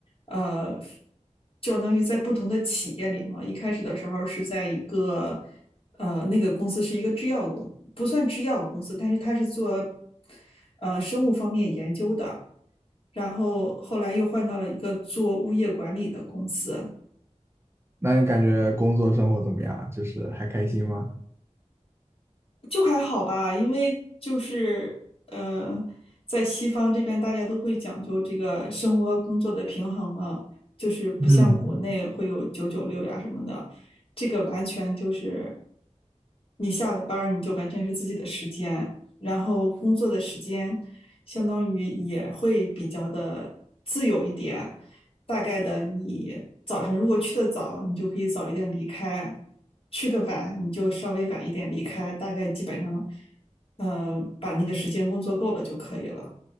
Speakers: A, on the left; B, on the right.
A: 呃，相当于在不同的企业里嘛。一开始的时候是在一个呃，那个公司是一个制药公，不算制药公司，但是他是做呃生物方面研究的。然后后来又换到了一个做物业管理的公司，
B: 那你感觉工作生活怎么样？就是还开心吗？
A: 就还好吧，因为就是呃，在西方这边大家都会讲究这个生活和工作的平衡嘛，就是不像国内会有九九六呀什么的，
B: 嗯，
A: 这个完全就是你下了班儿你就完全是自己的时间，然后工作的时间相当于也会比较的自由一点，大概的你早晨如果去的早，你就可以早一点离开；去的晚，你就稍微晚一点离开。大概基本上，嗯，把那个时间工作够了就可以了。